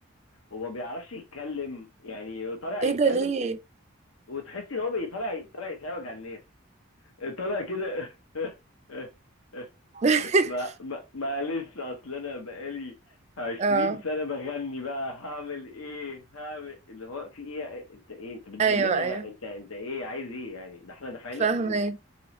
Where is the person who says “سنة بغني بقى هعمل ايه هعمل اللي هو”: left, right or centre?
Left